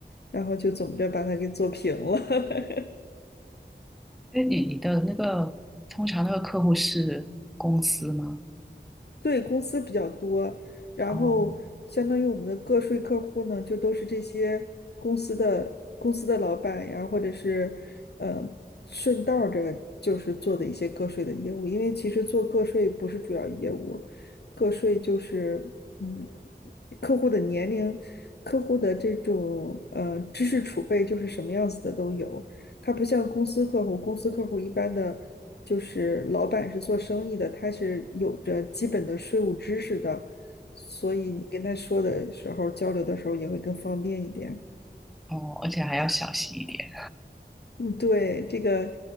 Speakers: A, on the left; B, in the centre.
A: 然后就总着把它给做平了。<laughs>
B: 哎，你你的那个通常那个客户是公司吗？
A: 对，公司比较多，然后相当于我们的个税客户呢，
B: 哦
A: 就都是这些公司的公司的老板呀，或者是呃顺道儿着就是做的一些个税的业务，因为其实做个税不是主要业务，个税就是嗯客户的年龄、客户的这种呃知识储备就是什么样子的都有，他不像公司客户，公司客户一般的就是老板是做生意的，他是有着基本的税务知识的，所以你跟他说的时候，交流的时候也会更方便一点。
B: 哦，而且还要小心一点。
A: 嗯，对，这个